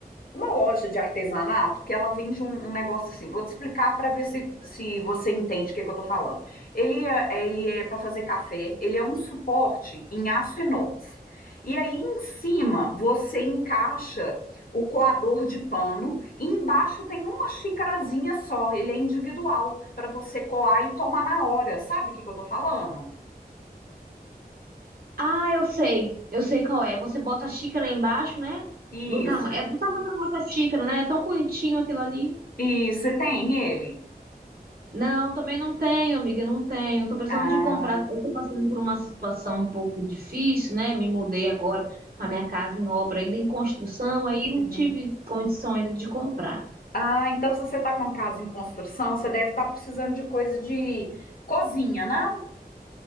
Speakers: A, on the left; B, on the right.
A: uma loja de artesanato que ela vende um, um negócio assim. Vou te explicar para ver se, se você entende o que, que eu estou falando. Ele é, é, ele é para fazer café, ele é um suporte em aço inox. E aí em cima você encaixa o coador de pano e embaixo tem uma xicarazinha só, ele é individual para você coar e tomar na hora. Sabe o que, que eu estou falando?
B: Ah, eu sei, eu sei qual é. Você bota a xícara embaixo, né?
A: Isso.
B: Do tama é do tamanho da nossa xícara, né? É tão bonitinho aquilo ali.
A: Isso, você tem ele.
B: Não, também não tenho, amiga, não tenho. Tô precisando
A: Ah,
B: de comprar. Eu tô passando por uma situação um pouco difícil, né? Me mudei agora com a minha casa em obra, ainda em construção, aí não
A: uhum.
B: tive condição ainda de comprar.
A: Ah, então se você está com casa em construção, você deve estar precisando de coisa de cozinha, não?